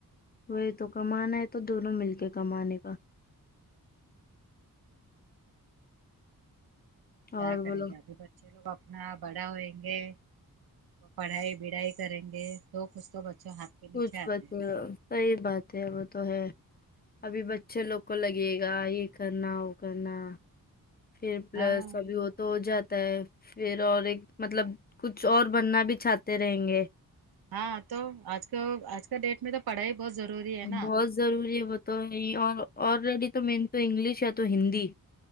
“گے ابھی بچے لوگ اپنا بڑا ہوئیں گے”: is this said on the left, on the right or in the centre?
Right